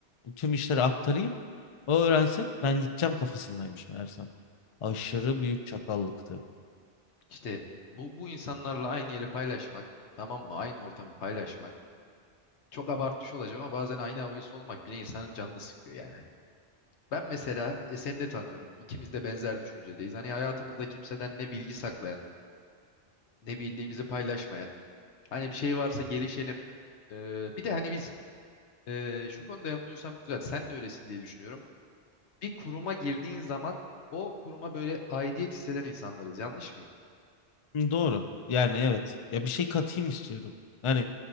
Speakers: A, on the left (about 55°); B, on the left (about 85°).
A: tüm işleri aktarayım O öğrensin ben gideceğim kafasındaymış meğersem. Aşırı
B: Hmm.
A: büyük çakallıktı.
B: İşte bu, bu insanlarla aynı yeri paylaşmak, tamam mı? Aynı ortamı paylaşmak. Çok abartmış olacağım ama bazen aynı havayı solumak bile insanın canını sıkıyor yani. Hani Ben mesela e, seni de tanıyorum. İkimiz de benzer düşüncedeyiz. Hani hayatımızda kimseden ne bilgi saklayan, ne bildiğimizi paylaşmayan. Hani bir şey varsa gelişelim. Ee, bir de hani biz e, şu konuda yanılıyorsam güzel. Sen de öylesin diye düşünüyorum. Bir kuruma girdiğin zaman o kuruma böyle aidiyet hisseden insanlarız. Yanlış mıyım?
A: Hı, Doğru. Yani evet. Ya bir şey katayım istiyorum. Yani